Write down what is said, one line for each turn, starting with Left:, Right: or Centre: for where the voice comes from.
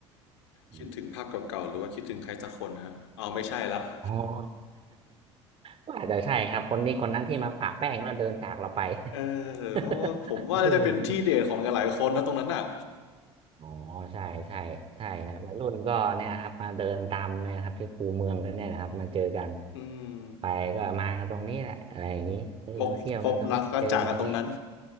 Right: อม
Left: คิดถึงภาพเก่าๆหรือว่าคิดถึงใครสักคนฮะเอาไม่ใช่ละ <laughs>
Right: อ๋อ <laughs> ก็อาจจะใช่ครับคนนี้คนนั้นที่มาปะแป้งแล้วเดินจากเราไป
Left: เออเพราะว่าผมว่าจะเป็นที่เดทของหลายๆคนนะตรงนั้นอ่ะ
Right: <laughs> อะไรอย่างนี้อ๋อใช่ใช่ใช่ครับวัยรุ่นก็เนี่ยครับมาเดินตามเนะครับที่คูเมืองกันเนี่ยนะครับมาเจอกัน
Left: อืม
Right: ไปก็มากันตรงนี้แหละอะไรอย่างนี้เออมาเที่ยวกันตรงนี้เจอกันตรงนี้
Left: พบพบรักก็จากกันตรงนั้น